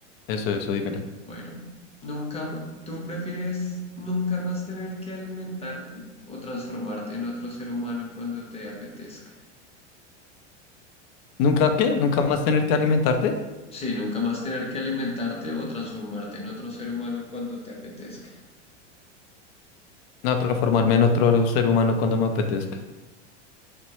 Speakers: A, on the left; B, on the left.
A: eso, eso, dímela.
B: Bueno, nunca, ma- ¿tú prefieres nunca más tener que alimentarte o transformarte en otro ser humano cuando te apetezca?
A: ¿Nunca qué? ¿Nunca más tener que alimentarte?
B: Sí, nunca más tener que alimentarte o transformarte en otro ser humano cuando te apetezca.
A: No, transformarme en otro ser humano cuando me apetezca.